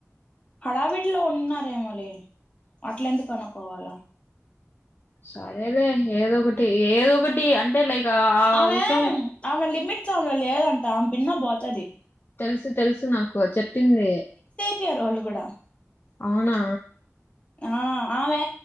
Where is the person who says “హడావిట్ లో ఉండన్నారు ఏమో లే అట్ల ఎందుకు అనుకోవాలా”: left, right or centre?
Left